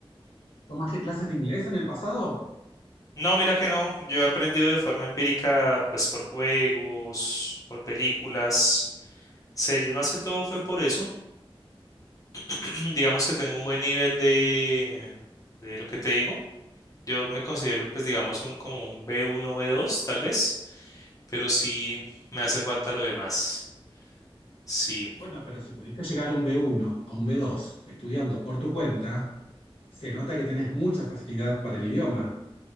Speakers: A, on the left; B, on the left.
A: ¿Tomaste clases de inglés en el pasado?
B: No, mira que no, yo he aprendido de forma empírica, pues por juegos, por películas. Series, más que todo fue por eso. <clears throat> Digamos que tengo un buen nivel de, de lo que te digo. Yo me considero, pues, digamos, un como un b uno b dos tal vez, pero sí me hace falta lo demás. Sí,
A: Bueno, pero si pudiste llegar a un B1, a un B2, estudiando por tu cuenta, se nota que tenés mucha facilidad para el idioma.